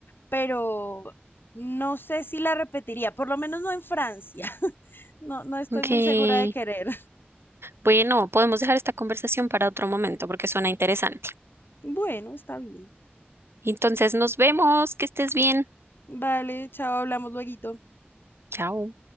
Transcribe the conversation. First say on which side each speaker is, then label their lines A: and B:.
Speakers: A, on the left; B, on the right.
A: pero no sé si la repetiría, por lo menos no en Francia. <laughs> No, no estoy
B: Aunque,
A: muy segura de querer. <laughs>
B: bueno, podemos dejar esta conversación para otro momento porque suena interesante.
A: Bueno, está bien.
B: Entonces, nos vemos. Que estés bien.
A: Vale, chao, hablamos luego.
B: Chao.